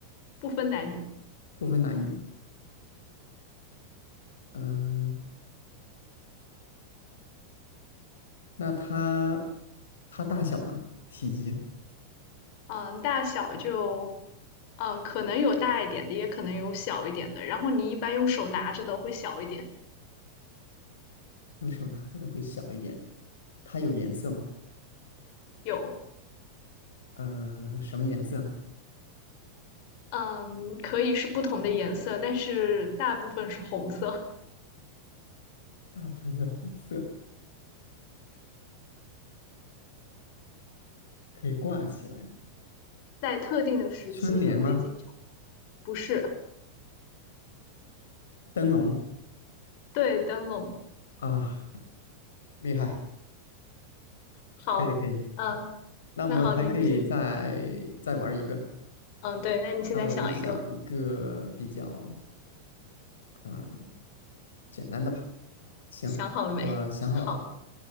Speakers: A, on the left; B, on the left.
A: 不分男女。
B: 不分男女。嗯，那它它大小呢？体积，
A: 嗯、呃大小就，嗯、呃可能有大一点的，也可能有小一点的。然后你一般用手拿着的会小一点，
B: 用手拿着的会小一点。它有颜色吗？
A: 有，
B: 嗯，什么颜色呢？
A: 嗯，可以是不同的颜色，但是大部分是红色。
B: 大部分是红色，可以挂起来。
A: 在特定的时期你会经常，
B: 春联吗？
A: 不是，
B: 灯笼
A: 对，灯笼。
B: 啊，厉害，
A: 好，
B: 可以可以。
A: 嗯、
B: 那我们还可以再再玩一个。
A: 那好，那你现，嗯，对，那你现在想一个，
B: 那我就想一个比较啊、呃简单的吧。行，
A: 想好了没？
B: 我想好了。
A: <laughs> 好。